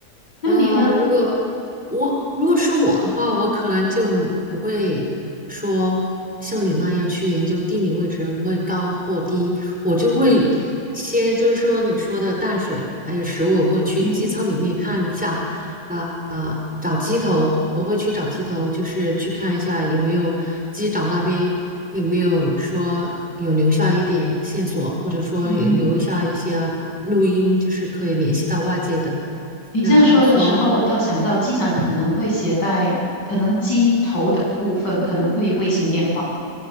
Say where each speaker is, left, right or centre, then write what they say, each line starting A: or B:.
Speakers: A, on the left; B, in the centre.
A: 那你呢？
B: 呃，如果我如果是我的话，我可能就不会说像你那样去研究地理位置会高或低，我就会先就是说你说的淡水还有食物，
A: 嗯
B: 我会去机舱里面看一下，
A: 嗯哼
B: 啊、啊、找机头，我会去找机头，就是去看一下有没有机长那边有没有说有留下一点线索，或者说有留下一些录音，
A: 嗯哼，
B: 就是可以联系到外界的。
A: 你这样说的时候，
B: 然嗯后，
A: 我倒想到机长可能会携带，可能机头的部分可能会有卫星电话。